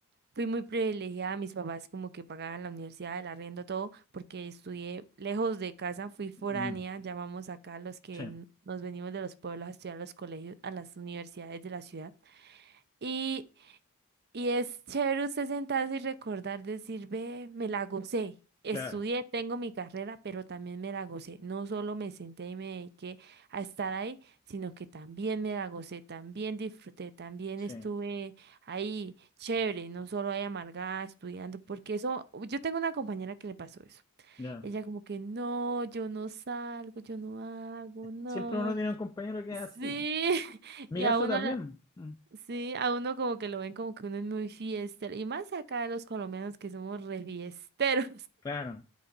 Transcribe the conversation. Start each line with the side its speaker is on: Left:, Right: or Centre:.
Right: fui muy privilegiada. Mis papás como que pagaban la universidad, el arriendo, todo, porque estudié lejos de casa, fui foránea,
Left: Mm,
Right: llamamos acá los que
Left: sí,
Right: n- nos venimos de los pueblos a estudiar a los colegios, a las universidades de la ciudad. Y y es chévere usted sentarse y recordar, decir, ve, me la gocé. Estudié,
Left: claro,
Right: tengo mi carrera, pero también me la gocé. No solo me senté y me dediqué a estar ahí, sino que también me la gocé, también disfruté, también
Left: sí,
Right: estuve ahí chévere, no solo ahí amargada estudiando, porque eso, yo tengo una compañera que le pasó eso.
Left: ya.
Right: Ella como que, no, yo no salgo, yo no hago, no.
Left: Siempre uno tiene un compañero que es así.
Right: Sí, <laughs>
Left: Mi
Right: y
Left: caso
Right: a uno
Left: también.
Right: la...
Left: Mm,
Right: Sí, a uno como que lo ven como que uno es muy fiestero. Y más acá los colombianos que somos re fiesteros.
Left: claro,